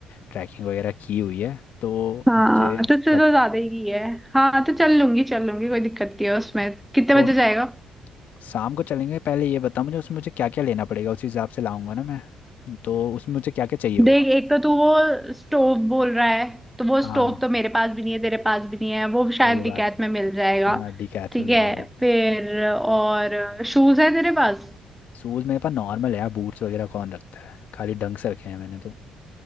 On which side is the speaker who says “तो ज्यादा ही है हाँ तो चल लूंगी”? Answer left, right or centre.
Centre